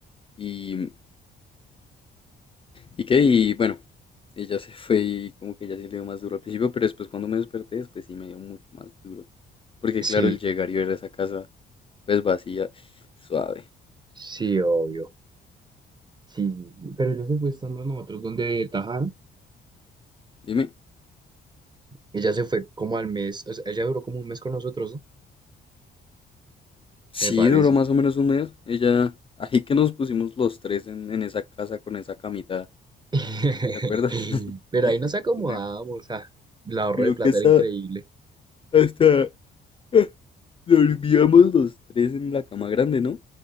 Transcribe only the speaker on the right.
Sí,
sí, obvio. Sí, sí, sí. pero ella se fue estando a nosotros donde tajaron.
Ella se fue como al mes, o sea, ella duró como un mes con nosotros, ¿no?
Me parece.
<laughs>
Pero
ahí nos acomodábamos,
ah, el ahorro
de plata
era increíble.